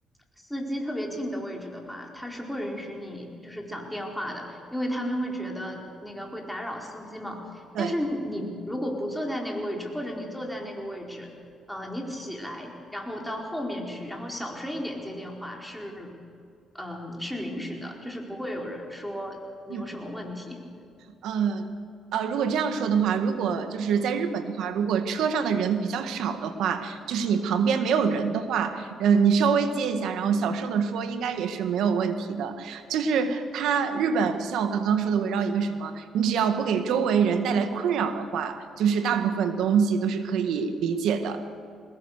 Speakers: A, in the centre; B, on the right (about 80°).
A: 司机特别近的位置的话，他是不允许你就是讲电话的，因为他们会觉得那个会打扰司机嘛。
B: 对，
A: 但是你如果不坐在那个位置，或者你坐在那个位置。呃，你起来，然后到后面去，然后小声一点接电话是，嗯，是允许的，就是不会有人说你有什么问题。
B: 嗯呃呃，如果这样说的话，如果就是在日本的话，如果车上的人比较少的话，就是你旁边没有人的话，嗯、你稍微接一下，然后小声的说，应该也是没有问题的。就是它日本，就像我刚刚说的，围绕一个什么，你只要不给周围人带来困扰的话，就是大部分东西都是可以理解的。